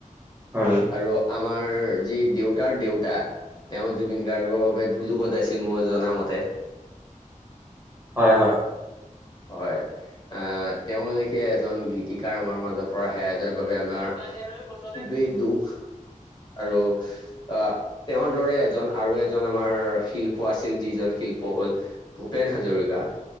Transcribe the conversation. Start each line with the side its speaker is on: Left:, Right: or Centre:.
Right: হয়।
Left: আৰু আমাৰ যি দেউতাৰ দেউতা তেওঁ জুবিন গাৰ্গৰ বাবে ঢোলো বজাইছিল মই জনামতে।
Right: হয় হয়।
Left: হয়। আহ' তেওঁ লেখীয়া এজন গীতিকাৰ আমাৰ মাজৰ পৰা হেৰাই যোৱাৰ বাবে আমাৰ খুবেই দুুখ আৰু আহ' তেওঁৰ দৰে এজন আৰু এজন আমাৰ শিল্প আছিল, যিজন শিল্প হ'ল ভূপেন হাজৰিকা।